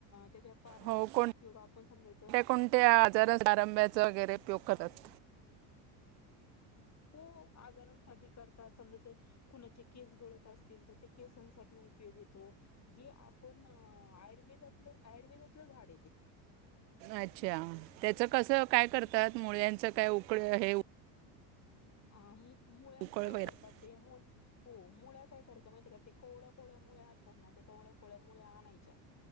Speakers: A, on the left; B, on the right.
A: त्याच्या पारंब्याचा
B: हो कोण
A: उपयोग
B: कोणत्या
A: आपण समजायचं
B: कोणत्या आजारा पारंब्याचा वगैरे उपयोग करतात.
A: हो आजारांसाठी करतात समजा जर कुणाचे केस गळत असतील तर ते केसांसाठी उपयोग येतो जे आपण आयुर्वेदातलं आयुर्वेदातलं झाड आहे ते <unintelligible>
B: अच्छा त्याच कसं काय करतात मुळ्यांच काय उकड हे
A: अ मुळ्यांच
B: उकळ
A: काय
B: वगैरे
A: करतात ते हो मुळ काय करायच्या माहितीय का ते कोवळ्या कोवळ्या मुळ्या असतात ना ते कोवळ्या कोवळ्या मुळ्या आणायच्या.